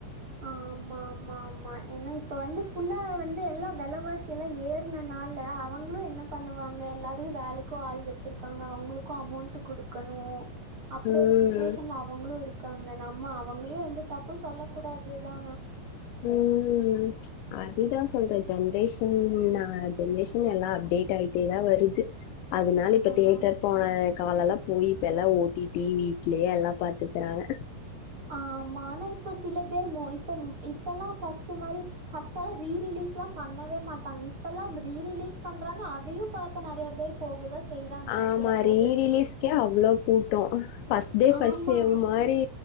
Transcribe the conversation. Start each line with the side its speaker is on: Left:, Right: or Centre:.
Right: ஆமா ஆமா ஆமா ஏனா இப்ப வந்து ஃபுல்லா வந்து எல்லா வெலைவாசி எல்லா ஏறன்னால அவங்களும் என்ன பண்ணுவாங்க எல்லாரையும் வேலைக்கும் ஆள் வச்சிருக்காங்க அவங்களுக்கும் அமௌண்ட் குடுக்கணும் அப்படி
Left: ம்
Right: ஒரு சிச்சுவேஷ்ன்ல அவங்களும் இருக்காங்க நம்ம அவங்களையும் வந்து தப்பு சொல்ல கூடாது தா
Left: ம் அதுதான் சொல்றே ஜென்ரேஷன் நா ஜென்ரேஷன் எல்லா அப்டேட் ஆயிட்டேதான் வருது அதனால இப்ப
Right: ஆ
Left: தேட்டர் போன கால எல்லாம் போய் இப்ப எல்லாம் ஓ டி டி வி ட்லயே எல்லா பாத்துக்குறாங்க
Right: ஆமா ஆனா இப்போ சிலபேர் மோ இப்பம் இப்பலா பஸ்ட் மாரி பஸ்ட் எல்லாம் ரீ ரிலீஸ்லா பண்ணவே மாட்டாங்க இப்பல்லா ரீ ரிலீஸ் பண்றாங்க அதையும் பாக்க நறைய பேர் போகதா செய்யறாங்க
Left: ஆமா
Right: சில பேரு
Left: ரீ ரிலீஸ்கே அவ்வளோ கூட்டோம் பஸ்டே
Right: ஆமா
Left: பஸ்ஷோ மாரி